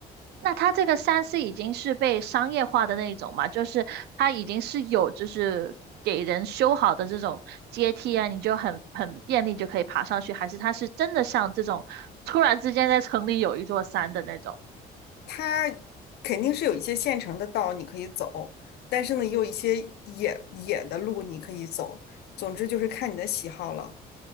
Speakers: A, on the right (about 75°); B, on the left (about 70°).
A: 那它这个山是已经是被商业化的那一种嘛？就是它已经是有就是给人修好的这种阶梯啊，你就很很便利就可以爬上去，还是它是真的像这种突然之间在城里有一座山的那种？
B: 它肯定是有一些现成的道你可以走，但是呢，也有一些野野的路你可以走。总之就是看你的喜好了。